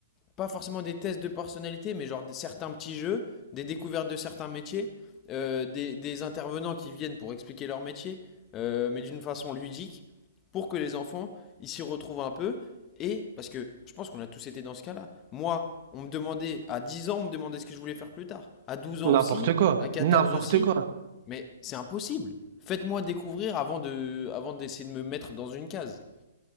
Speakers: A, on the left; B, on the right.
A: pas forcément des tests de personnalité, mais genre certains petits jeux, des découvertes de certains métiers, euh, des, des intervenants qui viennent pour expliquer leur métier, euh, mais d'une façon ludique, pour que les enfants ils s'y retrouvent un peu. Et parce que je pense qu'on a tous été dans ce cas-là. Moi, on me demandait, à 10 ans, on me demandait ce que je voulais faire plus tard. À 12 ans
B: N'importe
A: aussi,
B: quoi.
A: à 14
B: N'importe
A: aussi.
B: quoi.
A: Mais c'est impossible. Faites-moi découvrir avant de, avant d'essayer de me mettre dans une case.